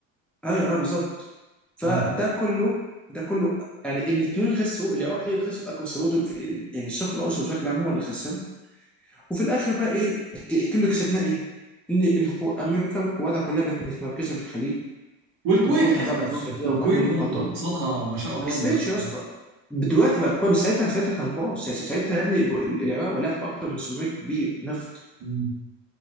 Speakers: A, in the centre; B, on the right.
A: ايوه ايوه بالظبط فده
B: مم.
A: كله ده كله يعني الاثنين خسروا العراق هي اللي خسرت اكبر بس برضه في- يعني الشرق الاوسط بشكل عام هو اللي خسر وفي الاخر بقى ايه الك- كله كسبناه ايه؟ ان القو- امريكا وقواتها كلها بقت متمركزه في الخليج
B: والكويت
A: وجودها
B: كسبت
A: بقى, بقى
B: برضه
A: في السعوديه
B: والكويت
A: والبحرين
B: برضه
A: وقطر
B: اقتصادها ما شاء الله
A: ما كسبتش
B: دلوقتي
A: يا اسطى دلوقتي بقى كويس ساعتها ساعتها كان باص سا- ساعتها يا ابني ب- العراق ولعت في اكتر من 700 بير نفط
B: مم.